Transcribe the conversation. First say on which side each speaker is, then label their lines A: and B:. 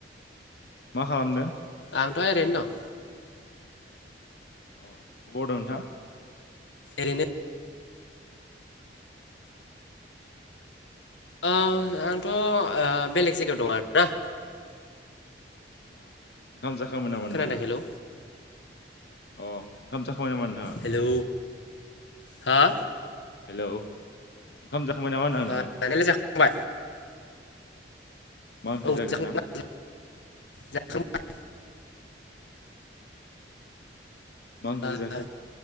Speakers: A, on the left; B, on the left.
A: मा खालामदों?
B: आंथ' ओरैनो दं।
A: अ अबाव दं नोंथां?
B: ओरैनो ओ आंथ' ओ बेलेग जायगायाव दं आरोना।
A: अ ओंखाम जाखांबाय नामा
B: खोनादों
A: नोंथाङा?
B: हेलौ
A: अ ओंखाम जाखांबाय नामा नोंथाङा?
B: हेलौ हा?
A: हेलौ ओंखाम जाखांबाय नामा होनदों आं नोंथां?
B: ओ जानायालाय जाखांबाय
A: मा ओख्रै
B: औ
A: जागोन
B: जाखांबाय
A: नोंथां?
B: जाखांबाय।
A: मा ओंख्रि
B: ओ
A: जाखो